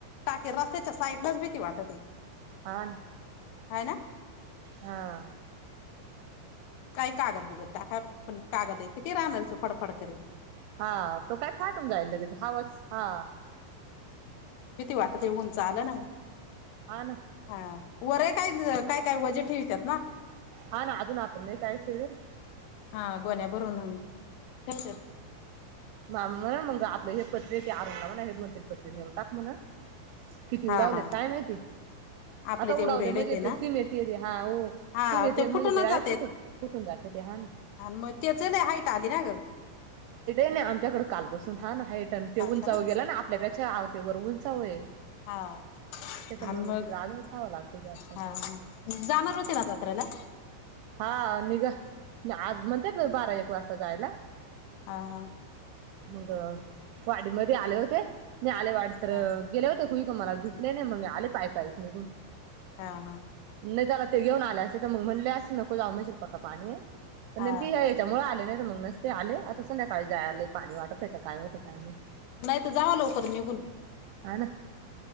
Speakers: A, on the left; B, on the right.
A: टांके रस्त्यांच्या साईडूनचं भीती वाटायची
B: हां नां
A: आहे नां
B: हां
A: हम्मं हं कांहीं तरी कागंद बिघंड टांका पणं कागंद आहे किती राहणांरच फडफड करे
B: हां तो कायं फाटूंन जाईल लगेच हावांच हां
A: भिती वाटतें ते ऊंनच आलं नां
B: हां नां
A: हां वरयं कायं कायं कायं वजे ठेवतांत नां
B: हां नां अजूंन नां आपणं लंय टाईम
A: हा गोण्यांया भरूंन आंन फिट
B: मां म्हणां मंग आपले हे पत्र ते अरुंणणा म्हंणा हे दोन तीन पत्र नेऊन टांक म्हणां किती
A: हा
B: उडवलेत
A: हा
B: कायं माहिती
A: आपले
B: आंता
A: ते
B: उडांवले
A: उरेले
B: म्हणजे
A: ते ना
B: तेे सिमेटेते हां हो
A: हा
B: सिमेंट येते
A: फुटूनच
B: म्हणजे ते यं
A: जाते
B: फुटतं फुटूंन जाते ते हां नां
A: आणि मंग ते चं हांट आली नां गं
B: नाहीं आमच्यांकडे कांलपसून हां नां हे टंन ते उंचाव
A: का ना
B: गेलां नां आपल्यांपेक्षा आवतेवर उंचावू आहे
A: हां
B: त्याच्यामुळे
A: अंण
B: मग
A: मंग
B: तिकडे अजूनच हवं लागते जास्त
A: हां जाणारं होते नां जात्रेलां
B: हां निघां आंज म्हणते बारां एक वाजंता जायंला
A: हा हा
B: मंग वाडीमध्यें आलें होते मी आलें वाडी तरं
A: हा
B: गेले होते खुई तुम्हांला दिसलें नाहीं मंग आले पांय कायंस निघूनं
A: हां हां
B: नाही. त्याला ते घेऊन आले असे तर, मग म्हणले असं नको जाऊ म्हशील पक्का पाणी पण
A: हा
B: नेमकी हे त्यामुळे आले नाही. तर मग नसते आले आता संध्याकाळी जायला पाणी वाटतय काय होतं काय माहिती,
A: नाहीतर जावा लवकर निघून.
B: हा ना